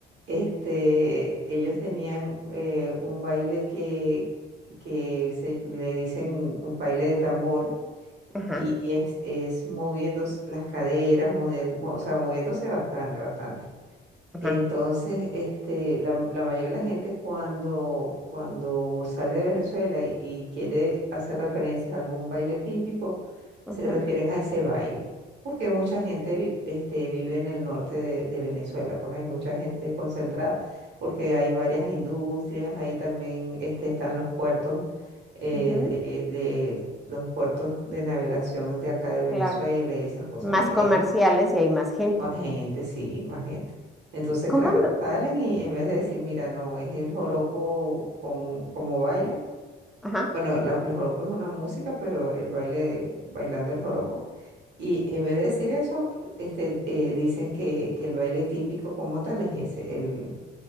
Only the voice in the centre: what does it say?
ajá,
ajá,
ujú,
ujú,
claro.
Más
comerciales y hay más gente.
¿Cómo?
me-
Ajá.